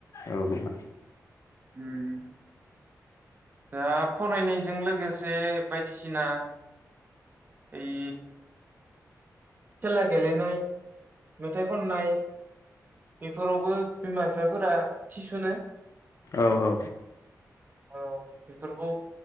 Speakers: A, on the left (about 55°); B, on the right (about 30°).
A: औ नङा।
B: उम दा फरायनायजों लोगोसे बायदिसिना ओइ खेला गेलेनाय मेथाइ खननाय बेफोरावबो बिमा बिफाफोरा थिसुनो।
A: औ औ।
B: औ बेफोरखौ